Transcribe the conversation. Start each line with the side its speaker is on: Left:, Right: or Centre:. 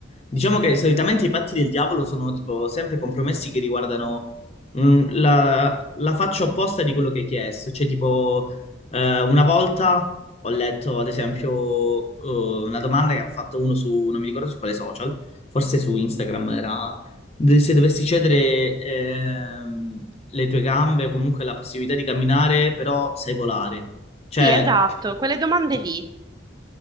Left: diciamo che solitamente i patti del diavolo sono tipo sempre compromessi che riguardano mh, la, la faccia opposta di quello che hai chiesto. Cioè, tipo, eh, una volta ho letto, ad esempio, eh, una domanda che ha fatto uno su, non mi ricordo su quale social, forse su Instagram era de- se dovessi cedere ehm, le tue gambe o comunque la possibilità di camminare, però sai volare.
Right: Sì,
Left: Cioè,
Right: esatto, quelle domande lì,